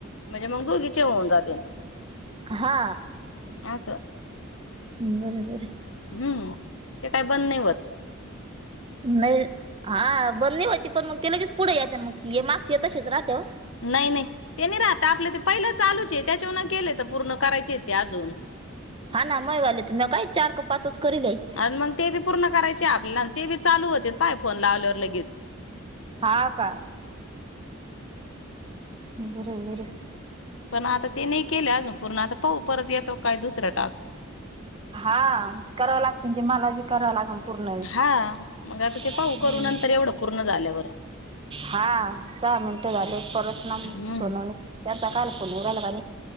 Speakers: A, on the left; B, on the right.
A: म्हजे मग दोघीचे होऊन जातीन.
B: हा
A: अस
B: ् बर बर
A: हम्म ते काही बंद नाही होत
B: नाही हा बंदी होती पण मग ते लगेच पुढे येत ना मग मागच ये तशीच राहते ओ
A: नाही नाही ते नाही राहत आपलं ते पहिलं चालूच आहे. त्याच्या केले तर पूर्ण करायचीेते अजून
B: हा ना मयवाले तु म काय चार का पाचच करलय
A: आणि मग ते बी पूर्ण करायचे ते बी चालू होते पाय फोन लावल्यावर लगीच.
B: हा, का? बर हाय बर.
A: पण आता ते नाही केले अजून पूर्ण आ पाहू परत येतो का काय दुसऱ्या टास्क.
B: हा कराव लागते तेन मला बी कराव लागन पूर्ण. हम्म
A: हा मग आता ते पाहू करू नंतर एवढं पूर्ण झाल्यावर
B: हा, सहा मिनट झाले. परत ना
A: हम्म
B: सोनवणी त्यात त्या काल फोनवर का आणि